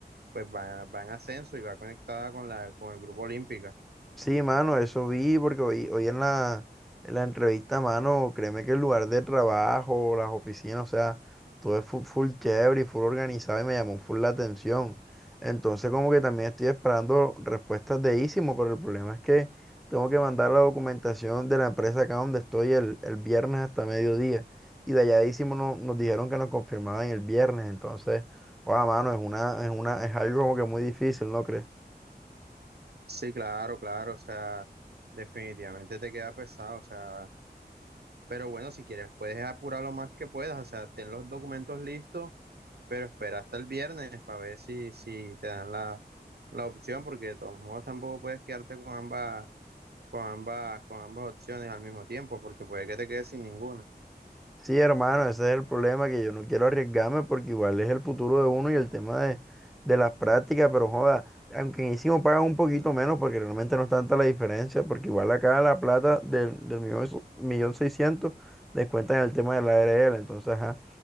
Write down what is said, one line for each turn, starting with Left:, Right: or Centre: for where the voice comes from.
Right: pues va, va en ascenso y va conectada con la, con el grupo Olímpica.
Centre: Sí, mano, eso vi porque hoy, hoy en la, en la entrevista, mano, créeme que el lugar de trabajo, las oficinas, o sea, todo es full, full chévere y full organizado y me llamó full la atención. Entonces como que también estoy esperando respuestas de Ísimo, pero el problema es que tengo que mandar la documentación de la empresa acá donde estoy el, el viernes hasta mediodía. Y de allá de Ísimo no- nos dijeron que nos confirmaban el viernes, entonces, wow, mano, es una, es una, es algo como que muy difícil, ¿no crees?
Right: Sí, claro, claro. O sea, definitivamente te queda pesado. O sea, Pero bueno, si quieres, puedes apurar lo más que puedas, o sea, ten los documentos listos, pero espera hasta el viernes para ver si, si te dan la, la opción, porque de todos modos tampoco puedes quedarte con ambas, con ambas, con ambas opciones al mismo tiempo, porque puede que te quedes sin ninguna.
Centre: Sí, hermano, ese es el problema, que yo no quiero arriesgarme porque igual es el futuro de uno y el tema de, de las prácticas, pero joda, aunque en ISIMO pagan un poquito menos porque realmente no es tanta la diferencia, porque igual acá la plata del, del millón, millón seiscientos descuentan el tema de la ARL, entonces, ajá,